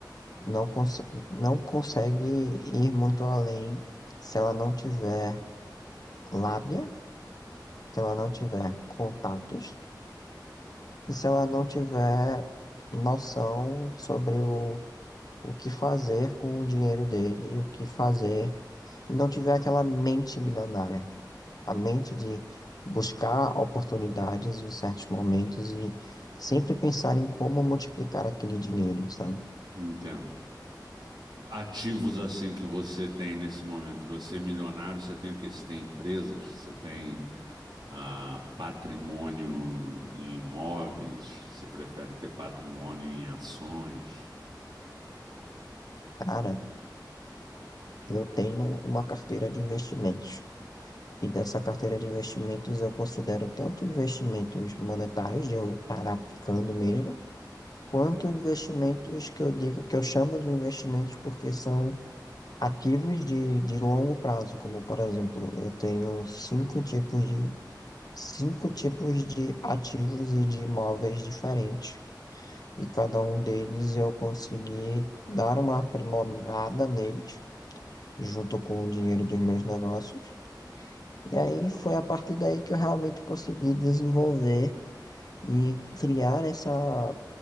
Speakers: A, on the left (about 55°); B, on the right (about 75°).
A: não consegue, não consegue ir muito além se ela não tiver lábia, se ela não tiver contatos e se ela não tiver noção sobre o, o que fazer com o dinheiro dele e o que fazer e não tiver aquela mente milionária. a mente de buscar oportunidades em certos momentos e sempre pensar em como multiplicar aquele dinheiro, sabe?
B: Entendo. Ativos assim que você tem nesse momento. Você é milionário, você tem o quê? Você tem empresas, você tem ah, patrimônio em imóveis, você prefere ter patrimônio em ações.
A: Cara, eu tenho uma carteira de investimentos. E dessa carteira de investimentos eu considero tanto investimentos monetários, de eu estar aplicando mesmo, quanto investimentos que eu digo que eu chamo de investimentos porque são ativos de, de longo prazo, como por exemplo, eu tenho cinco tipos de cinco tipos de ativos e de imóveis diferentes. E cada um deles eu consegui dar uma aprimorada neles, junto com o dinheiro dos meus negócios. E aí foi a partir daí que eu realmente consegui desenvolver e criar essa,